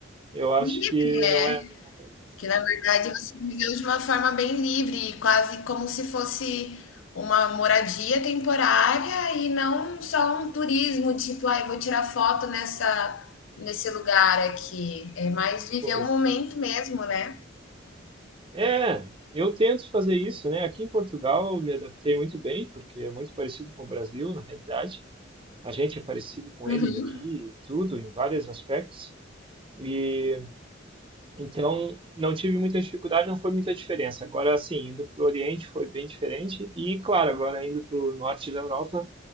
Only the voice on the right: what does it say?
eu acho
que
não é a mesma coisa.
Pois.
É, eu tento fazer isso, né? Aqui em Portugal eu me adaptei muito bem, porque é muito parecido com o Brasil, na realidade. A gente é parecido com
eles aqui, e tudo, em vários aspectos. E então não tive muita dificuldade, não foi muita diferença. Agora, assim, indo para o Oriente foi bem diferente. E, claro, agora indo para o norte da Europa,